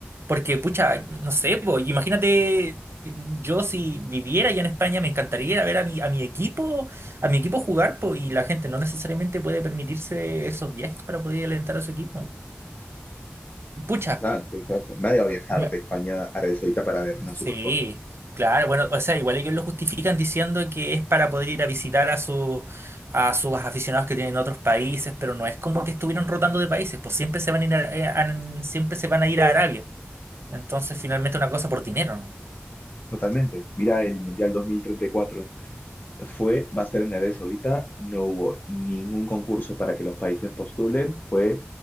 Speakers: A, on the right; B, on the left.
A: Porque, pucha, no sé, po, imagínate yo si viviera ya en España, me encantaría ir a ver a mi, a mi equipo, a mi equipo jugar, po, y la gente no necesariamente puede permitirse esos viajes para poder alentar a su equipo. Pucha,
B: Exacto, exacto. Nadie va a viajar
A: me-
B: de España a Arabia Saudita para ver una Supercopa.
A: sí, claro, bueno, o sea, igual ellos lo justifican diciendo que es para poder ir a visitar a su, a sus aficionados que tienen en otros países, pero no es como que estuvieron rotando de países, pues siempre se van a ir a- a- a- siempre se van a ir a Arabia. Entonces, finalmente una cosa por dinero, ¿no?
B: Totalmente. Mira el Mundial 2034. fue, va a ser en Arabia Saudita, no hubo ningún concurso para que los países postulen, fue